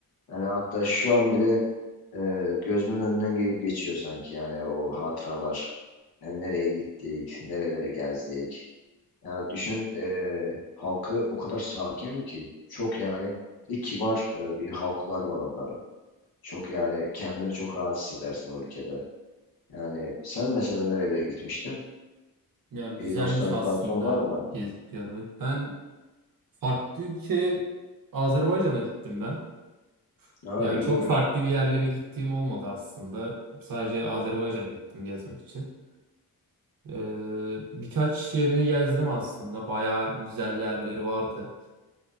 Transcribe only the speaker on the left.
Yani hatta şu an bile e, gözümün önünden gelip geçiyor sanki yani o hatıralar. Yani nereye gittik, nereleri gezdik. Yani düşün e, halkı o kadar sakin ki çok yani bir de kibar e, bir halklar var onların. Çok yani kendini çok rahat hissedersin o ülkede. Yani sen mesela nerelere gitmiştin?
Bir nostaljik
hatıran var mı?
Aa
iyiymiş.